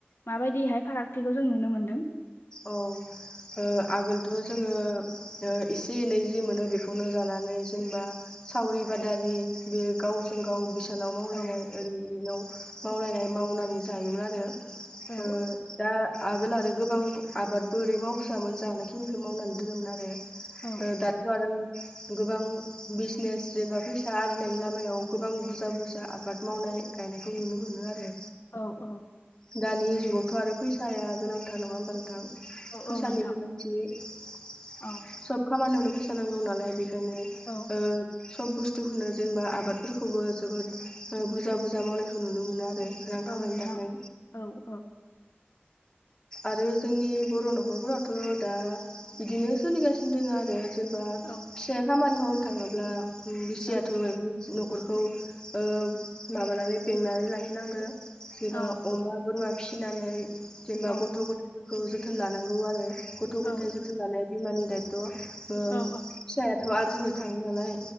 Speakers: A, on the left; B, on the left.
A: मा बायदिहाय फारागथिखौ जों नुनो मोनदों?
B: औ ओ आगोलथ' जोङो ओ एसे एनै जि मोनो बेखौनो जानानै जेनबा सावरि बादारि बि गावजों गाव सानाव मावलायनाय
A: औ
B: ओरै इनाव मावलायनाय मावनानै जायोमोन आरो।
A: औ
B: ओ दा आगोल आरो गोबां आबादबो ओरै मावसोआमोन जानाय खिनिखौ मावनानै दोनोमोन आरो
A: औ
B: दाथ' आरो गोबां बिजनेस जेनबा फैसा आरिनायनि लामायाव गोबां बुरजा बुरजा आबाद मावनाय गायनायखौ नुनो मोनो आरो।
A: औ औ
B: दानि जुगावथ' आरो फैसाया गोनांथार नङा होमबा नोंथां?
A: औ
B: फैसानि
A: औ नोंथां
B: गोनांथि सब
A: औ
B: खामानियावनो फैसा नांगौ नालाय बिख जोंनि
A: औ
B: ओ सब बुस थुखोनो जेनबा आबादफोरखौबो जोबोद ओ बुरजा बुरजा मावनायखौ नुनो मोनो आरो। रां खामायनो
A: औ नोंथां
B: थाखाय
A: औ औ
B: आरो जोंनि बर' न'खरफोरावथ' दा बिदिनो सोलिगासिनो दोङो आरो। जेनबा फिसाया
A: औ
B: खामानि मावनो थाङोब्ला उम बिसियाथ'
A: औ
B: मायबा मोनसे नख खरखौ ओ माबानानै बेंनानै लाखिनांगो जेबा
A: औ
B: अमा बोरमा फिसिनानै जेनबा
A: औ
B: गथ' गथायफोरखौ जोथोन लानांगौ आरो। गथ'
A: औ
B: गथाय जोथोन लानाया बिमानि दायथ' ओ
A: औ
B: फिसायाथ' आरजिनो थाङो नालाय